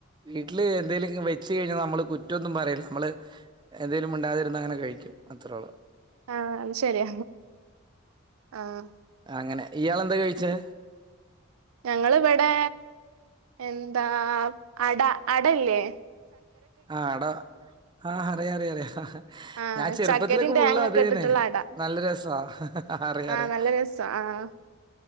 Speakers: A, on the right; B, on the right.
A: വീട്ടില് എന്തെലും വെച്ച്കഴിഞ്ഞ നമ്മള് കുറ്റം ഒന്നും പറീല്ല നമ്മള്. എന്തേലും മുണ്ടാതിരുന്ന് അങ്ങനെ കഴിക്കും. അത്രള്ളു.
B: ആഹ്. അത് ശര്യ. ആഹ്
A: ആ. അങ്ങനെ. ഇയാൾ എന്താ കഴിച്ചെ.
B: ഞങ്ങിള് ഇവെടെ എന്താ അട അട ഇല്ലേ.
A: ആഹ് എടാ ആഹ് അറിയാ അറിയ അറിയാ.
B: ആഹ്
A: ഞാൻ ചെറുപ്പത്തിലോക്കെ
B: ചക്കരയും തേങ്ങൊക്കെ
A: ഫുൾ അതന്നെ
B: ഇട്ടിട്ടുള്ള അട
A: നല്ല രസാ. അറിയാം
B: ആഹ്
A: അറിയാം.
B: നല്ല രസാ ആഹ്.